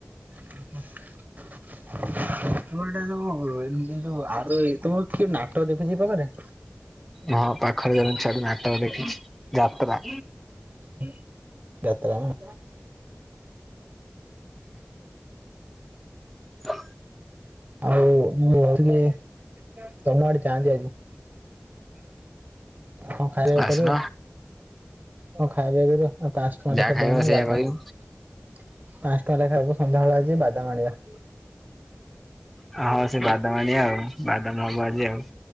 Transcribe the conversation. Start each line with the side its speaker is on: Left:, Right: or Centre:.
Right: ତ ଏଇଟା ଯୋଉ ଏ ଯୋଉ ଆର ତମ କିଉ ନାଟକ ଦେଖୁଛି ପାଖରେ
Centre: ହଁ ପାଖରେ ଜଣ ଛଆଡେ ନାଟକ ଦେଖିଛି ଯାତ୍ରା
Right: <unintelligible> ଯାତ୍ରା ନା
Centre: ହ
Right: ଆଉ ବ ତମ ଆଡେ ଚାଁନ୍ତିି ଆଜି କଣ ଖାଇବାକୁ
Centre: ଆସୁନ
Right: କରିବ କଣ ଖାଇବା କର ଆ ପାଞ୍ଚ ଟଙ୍କା
Centre: ଯାହା
Right: ଲଖାଦଉନି
Centre: ଖାଇବ ସେଇଆ
Right: ରାଜା
Centre: କହିବୁ।
Right: ପାଞ୍ଚ ଟଙ୍କ ଲେଖା ହବସନ୍ଧ୍ୟାବେଳେ ବାଧାମ ଣଆ
Centre: ହଁ ସେ ବାଦାମଣି ଆଉ ବାଦାମ ହବ ଆଜି ଆଉ।